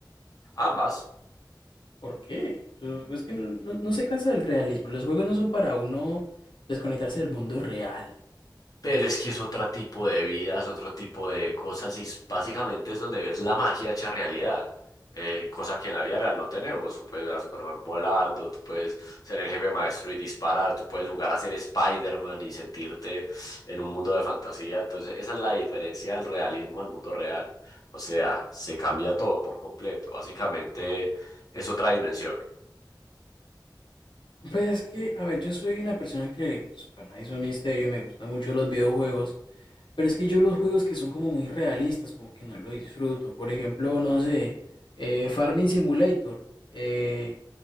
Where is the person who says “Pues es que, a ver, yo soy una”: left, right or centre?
Left